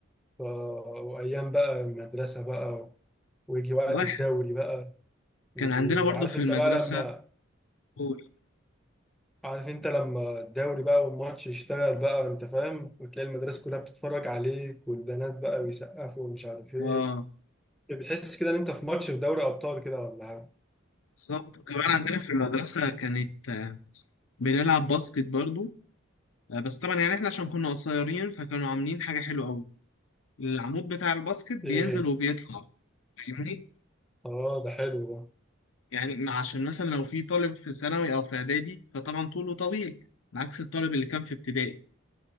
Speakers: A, in the centre; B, on the left.
A: وايام بقى المدرسه بقى ويجي وقت
B: رايح
A: الدوري بقى وعارف
B: كان عندنا برضو في
A: انت
B: المدرسه
A: بقى لما
B: كورة.
A: عارف انت لما الدوري بقى والماتش يشتغل بقى انت فاهم وتلاقي المدرسة كلها بتتفرج عليك والبنات بقى بيسقفوا ومش عارف ايه
B: اه
A: بتحس كده ان انت في ماتش في دوري ابطال كده ولا حاجة
B: بالظبط كمان عندنا في المدرسه كانت آه، بنلعب باسكت برضو آه، بس طبعا يعني احنا عشان كنا قصيرين فكانوا عاملين حاجه حلوه قوي العمود بتاع الباسكت بينزل
A: ايه ايه
B: وبيطلع فاهمني
A: اه ده حلو ده
B: يعني عشان مثلا لو في طالب في ثانوي او في اعدادي فطبعا طوله طويل عكس الطالب اللي كان في ابتدائي